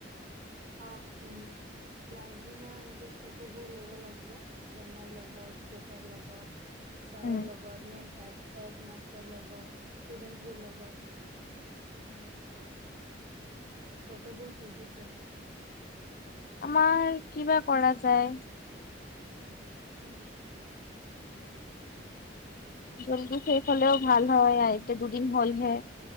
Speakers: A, on the right; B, on the left.
A: অ উম। লাষ্ট দিনা এইটো ফটোবোৰ ল'ব লাগিব বেনাৰ লগত গেটৰ লগত। ছাৰৰ
B: উম
A: লগত মেন হে। হেড মাষ্টৰৰ লগত। ষ্টুডেন্টছ বোৰৰ লগত। উম ফটোবোৰ সুজিছে। <inaudible>
B: আমাৰ কিবা কৰা যায়।
A: উম।
B: যল্দি শেষ হলেও ভাল হয় এতিয়া দুদিন হলহে।